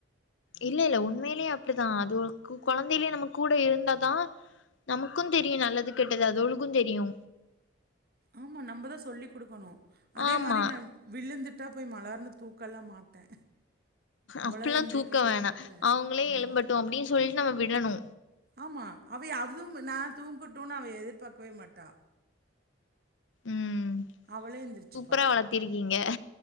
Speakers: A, on the left (about 75°); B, on the right (about 50°).
A: இல்ல இல்ல உண்மையிலயே அப்டித்தா அது கு குழந்தையிலயே நம்ம கூட இருந்தாதா நமக்குந் தெரியு நல்லது கெட்டது அதோலுக்கு தெரியு
B: ஆமா நம்மதா சொல்லி்குடுக்கணு அதே
A: ஆமா
B: மாரி நா விழுந்துட் டா போய் மலார்னு தூக்கல்லா மாட்டே அவளா
A: அப்டில்லா
B: எந்திரிக்கட்டுன்னு
A: தூக்க வேணா
B: விட்ருவே
A: அவங்களே
B: ஆமா.
A: எழும்பட்டு அப்டின்னு சொல்லிட்டு நம்ம விடணு
B: ஆமா அவை அதுவும் நா தூங்கட்டும்னு அவ எதிர்பாக்கவே மாட்டா
A: ம்
B: அவளே எந்திரிச்சுப்பா.
A: சுப்புரா வளத்திருக்கீங்க